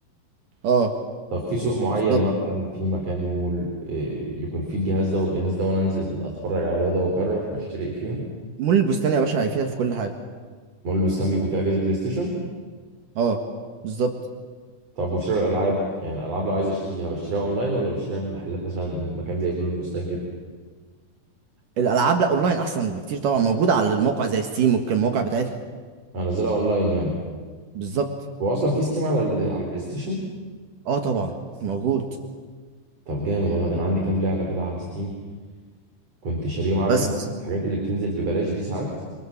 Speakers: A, on the right; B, on the right.
A: اه
B: طب في سوق معين
A: بالظبط
B: مثلا في مكان مول إيه، يكون فيه الجهاز ده والجهاز ده وانا انزل اتفرج على ده وده واقرر هشتري ايه فيهم
A: مول البستان يا باشا هيفيدك في كل حاجه
B: مول البستان بيكون فيه اجهزه بلاي ستيشن
A: اه بالظبط
B: طب وشراء الالعاب يعني الالعاب لو عايز اشتريها بشتريها اونلاين ولا بشتريها من محلات مثلا مكان زي بلو المستنجد
A: الالعاب لا اونلاين احسن بكتير طبعا موجوده على الموقع زي ستيم والمواقع بتاعتها
B: كده انزلها اونلاين يعني
A: بالظبط
B: هو اصلا في ستيم على ال... على البلاي ستيشن
A: اه طبعا موجود
B: طب جامد والله ده انا عندي كام لعبه كده على ستيم كنت شاريهم عارف
A: بس
B: انت الحاجات اللي بتنزل ببلاش دي ساعات